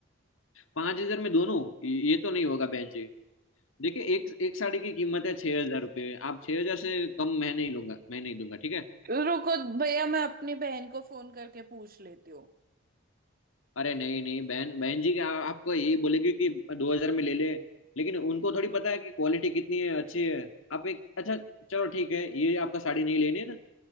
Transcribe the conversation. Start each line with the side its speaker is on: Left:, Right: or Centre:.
Left: पांच हजार में दोनों ये तो नहीं होगा बहन जी देखिए एक एक साड़ी की कीमत है छह हजार रुपये आप छह हजार से कम मैं नहीं लूंगा मैं नहीं दूंगा ठीक है
Right: रुको भैया मैं अपनी बहन को फोन करके पूछ लेती हूँ
Left: अरे नहीं नहीं बहन बहन जी क्या आपको यही बोलेगी कि दो हजार में ले ले लेकिन उनको थोड़ी पता है कि क्वालिटी कितनी है अच्छी है आप एक अच्छा चलो ठीक है ये आपका साड़ी नहीं लेनी है ना